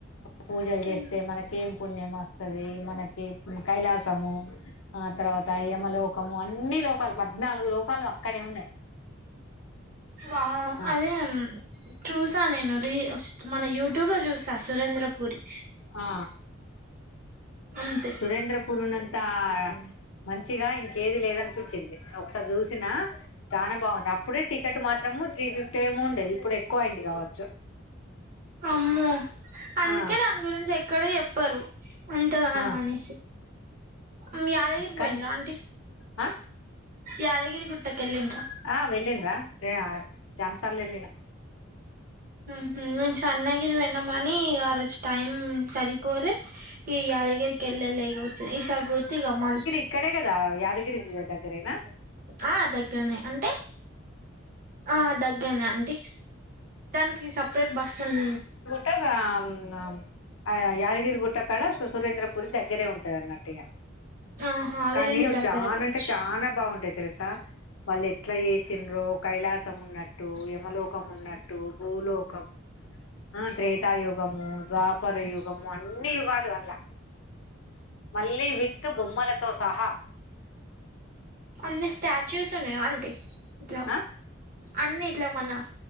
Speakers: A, on the left; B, on the right.
A: పూజలు చేస్తే
B: ఉమ్
A: మనకి ఏం పుణ్యం వస్తది మనకి ఇప్పుడు కైలాసము ఆ తర్వాత యమ లోకము అన్ని లోకాలు పద్నాలుగు లోకాలు అక్కడే ఉన్నాయి
B: వావ్
A: ఆ
B: అదే చూసా నేను రిస్ మన యూట్యూబ్ లో చూసా సురేంద్ర పురి
A: ఆ
B: అంతే
A: సురేంద్రపురి ఉన్నంత తా మంచిగా ఇంకేది లేదనిపించింది ఒకసారి చూసినా చానా బాగుంది అప్పుడే టికెట్ మాత్రము త్రీఫిఫ్టీ ఎమో ఉండేది ఇప్పుడు ఎక్కువయింది కావచ్చు
B: అమ్మో అందుకే
A: ఆ
B: దాని గురించి ఎక్కడ చెప్పరు అంతగానమ్
A: ఆ
B: అనేసి మ్ యాదగిరి పోయిన్రా
A: కానీ
B: అంటిీ
A: ఆ
B: యాదగిరి గుట్టకి ఏళ్లిన్ర
A: ఆ వెళ్ళిన్రా <unintelligible> చానా సల్ వెల్లిన
B: మ్ హు మేమ్ స్వర్నగిరి వెళ్ళినం కాని ఆ రోజు టైం సరిపోలే ఈ యాదగిరి కెళ్ళలే వచె ఈసారి పో త్రే ఇగ మళ్ళ
A: అక్కడే కదా యాదగిరికి దగ్గరేనా
B: ఆ దగ్గరనే అంటే ఆ దగ్గరనే అంటీ దానికి సపరేట్ బస్ ఉన్
A: కదా <unintelligible> ఆ యాదగిరిగుట్ట కాడ సు సురేంద్రపురి దగ్గరే ఉంటది అన్నట్టు ఇగ
B: ఆహా అవి
A: కానీవు
B: రెండు దగ్గర
A: చాన
B: కావచ్చు
A: అంటే చానా బాగుంటాయి తెలుసా వాళ్ళు ఎట్లా చేసిన్రో కైలాసం ఉన్నట్టు యమలోకం ఉన్నట్టు టు భూలోకం ఆ త్రేతా యుగము ద్వాపర యుగము అన్ని యుగాలు అన్లా మళ్ళీ విత్ బొమ్మలతో సహా
B: అన్ని స్టాచ్యూస్ ఉన్నాయా అంటీ ఇట్లా
A: ఆ
B: అన్ని ఇట్లా మన